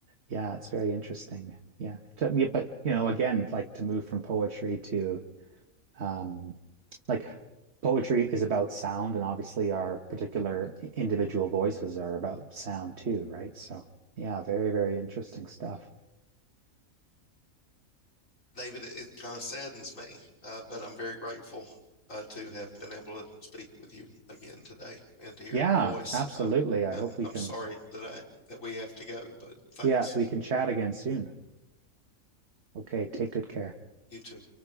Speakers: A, on the right (about 50°); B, on the left (about 65°).
A: yeah it's very interesting yeah yeah, but you know again like to move from poetry to um like poetry is about sound and obviously our particular individual voices are about sound too right so yeah very very interesting stuff
B: David, it, it kind of saddens me, uh, but I'm very grateful. Uh, to have been able to speak with you again today and to hear
A: yeah
B: your voice.
A: absolutely
B: Um,
A: I
B: I'm
A: hope we
B: I'm
A: can
B: sorry that I that we have to go, but thanks.
A: yeah we can chat again soon okay take good care
B: You too.